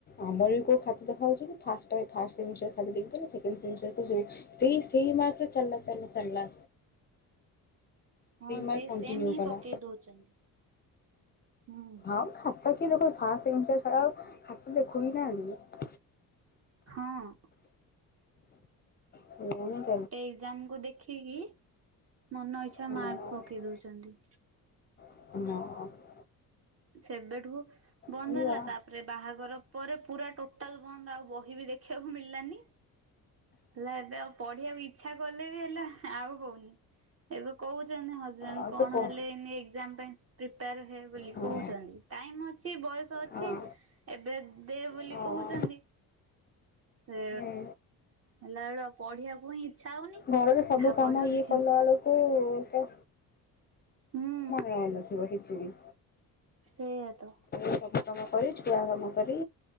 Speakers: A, on the left (about 30°); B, on the right (about 40°).
A: ଆମର ବି କୋଉ ଖାତା ଦେଖା ହଉଚି କି। ଫାଷ୍ଟ ଟାଇମ୍ ଫାଷ୍ଟ ସେମିଷ୍ଟର୍ ଖାଲି ଦେଖିଦେଲେ <unintelligible> ସେଇ ସେଇ ମାର୍କ ରେ ଚାଲିଲା ଚାଲିଲା ଚାଲିଲା।
B: ହଁ ସେଇ
A: ମାର୍କ କଣ୍ଟିନ୍ୟୁ
B: ସେମ୍ ହିଁ
A: କଲା।
B: ପକେଇ ଦଉଛନ୍ତି। ହୁଁ।
A: ଆଉ ଖାତା କିଏ ଦେଖ ଫାଷ୍ଟ ସେମିଷ୍ଟର୍ ଛଡ଼ା ଖାତା ଦେଖୁ ବି ନାହାଁନ୍ତି ବି।
B: ହଁ।
A: କେଇଜାଣି।
B: ଟେ ଏଜ୍ଜାମ୍ କୁୁ ଦେଖିକି ମନ ଇଚ୍ଛା
A: ହଁ
B: ମାର୍କ ପକେଇ ଦଉଚନ୍ତି।
A: <unintelligible>
B: ସେବେଠୁ ବନ୍ଦ
A: ସେଇଆ
B: ହେଲା। ତା ତାପରେ ବାହାଘର ପରେ ପୁରା ଟୋଟାଲ୍ ବନ୍ଦ। ଆଉ ବହି ବି ଦେଖିବାକୁ ମିଳିଲାନି। ହେଲେ ଏବେ ଆଉ ପଢିବାକୁ ଇଚ୍ଛା କଲେ ବି ହେଲା ଆଉ ହଉନି। ଏବେ କହୁଛନ୍ତି ହଜବେଣ୍ଡ
A: ଆଉ
B: କଣ
A: ତୁ କହ
B: ହେଲେ ଏଇନେ ଏଜ୍ଜାମ୍ ପାଇଁ ପ୍ରିପେୟାର ହେ ବୋଲି।
A: ହଁ
B: କହୁଛନ୍ତି। ଟାଇମ୍ ଅଛି ବୟସ ଅଛି।
A: ହଁ
B: ଏବେ ଦେ ବୋଲି
A: ହଁ
B: କହୁଛନ୍ତି। ସେ
A: ହୁଁ
B: ହେଲା ବେଳୁ ପଢିବାକୁ ହିଁ ଇଚ୍ଛା ହଉନି।
A: ଘରରେ ସବୁ
B: ଯାହା
A: କାମ
B: ପଢିବ କିଛି
A: ଇଏ କଲା ବେଳକୁ ତ
B: ହୁଁ
A: ମନେ ରହୁନଥିବ କିଛି ବି।
B: ସେଇଆ ତ।
A: ସବୁ କାମ କରି ଛୁଆ କାମ କରି,